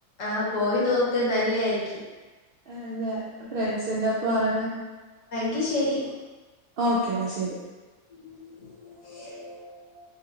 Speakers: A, on the left (about 70°); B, on the right (about 65°).
A: ആഹ പോയി നോക്ക് നല്ല ആയിരിക്കും
B: അല്ലെ ഫ്രണ്ട്സിന്റെപ്പ ആണ്
A: എങ്കിൽ ശരി
B: ഓക്കേടാ ശരി
A: ഉ